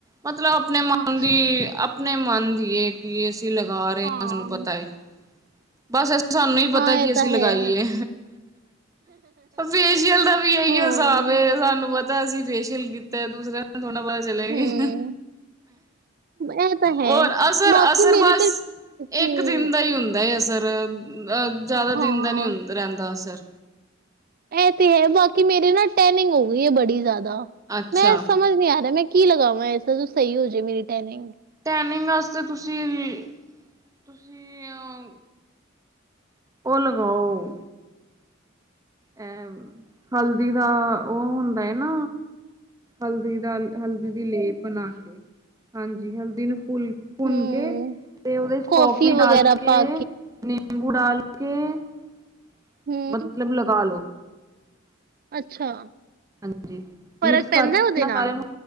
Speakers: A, on the right; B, on the right.
A: ਮਤਲਬ ਆਪਣੇ ਮਨ
B: ਹਾਂ।
A: ਦੀ ਆਪਣੇ ਮਨ ਦੀਏ ਕਿ ਅਸੀਂ ਲਗਾ ਰਹੇ
B: ਹਾਂ।
A: ਹੈ ਸਾਨੂੰ ਪਤਾ ਹੈ ਬਸ ਸਾਨੂੰ ਹੀ
B: ਹਾਂ
A: ਪਤਾ ਕਿ
B: ਇਹ
A: ਅਸੀਂ
B: ਤਾਂ
A: ਲਗਾਈਏ
B: ਹੈ
A: ਫੇਸ਼ੀਅਲ ਦਾ ਵੀ ਇਹੀ
B: ਹਾਂ
A: ਹਿਸਾਬ ਸਾਨੂੰ ਪਤਾ ਦਾ ਅਸੀਂ ਫੇਸ਼ੀਅਲ ਕੀਤਾ ਦੂਸਰਾ ਥੋੜਾ ਪਤਾ ਚੱਲਿਆਗੀ
B: ਹੂੰ। ਇਹ ਤਾਂ ਹੈ
A: ਹੋਰ ਅਸਰ-ਅਸਰ
B: ਬਾਕੀ ਮੇਰੇ
A: ਬਸ
B: ਤੇ ਹੂੰ
A: ਇੱਕ ਦਿਨ ਦਾ ਹੀ ਹੁੰਦਾ ਅਸਰ ਪਰ ਅਹ ਜ਼ਿਆਦਾ
B: ਹਾਂ।
A: ਦਿਨ ਦਾ ਨਹੀਂ ਰਹਿੰਦਾ ਅਸਰ
B: ਇਹ ਤੇ ਹੈ ਬਾਕੀ ਮੇਰੇ ਨਾ ਟੈਨਿੰਗ ਹੋ ਗਈ ਹੈ ਬੜੀ ਜ਼ਿਆਦਾ
A: ਅੱਛਾ
B: ਮੈਂ ਸਮਝ ਨੀ ਆ ਰਿਹਾ ਮੈਂ ਕੀ ਲਗਾਵਾਂ ਐਸਾ ਜੋ ਸਹੀ ਹੋ ਜਾੇ ਮੇਰੀ ਟੈਨਿੰਗ
A: ਟੈਨਿੰਗ ਵਾਸਤੇ ਤੁਸੀਂ-ਤੁਸੀਂ ਅ ਉਹ ਲਗਾਓ ਅ ਹਲਦੀ ਦਾ ਉਹ ਹੁੰਦਾ ਹੈ ਨਾ ਹਲਦੀ ਹਲਦੀ ਦੀ ਲੇਪ ਬਣਾ ਕੇ ਹਾਂਜੀ ਹੈਲਦੀ ਨੂੰ ਭੁੰਨ
B: ਹੂੰ
A: ਕੇ ਤੇ ਉਹਦੇ ਚ
B: ਕੌਫੀ
A: ਕੋਫੀ
B: ਵਗੈਰਾ
A: ਡਾਲ ਕੇ
B: ਪਾ
A: ਨਿੰਬੂ ਡਾਲ ਕੇ <inaudible>
B: ਹੂੰ
A: ਮਤਲਬ ਲ <inaudible> ਪਾਲੋ
B: ਅੱਛਾ।
A: ਹਾਂਜੀ
B: ਫ਼ਰਕ
A: ਮਿਕਸ
B: ਪੈਂਦਾ
A: ਕਰਕੇ
B: ਉਹਦੇ ਨਾਲ
A: ਸਾਰ ਨੂੰ